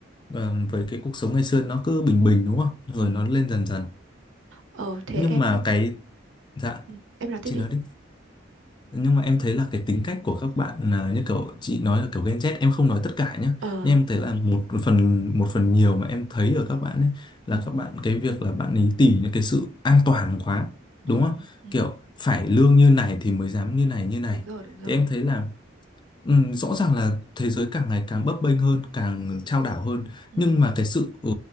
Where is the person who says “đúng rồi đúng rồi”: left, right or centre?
Right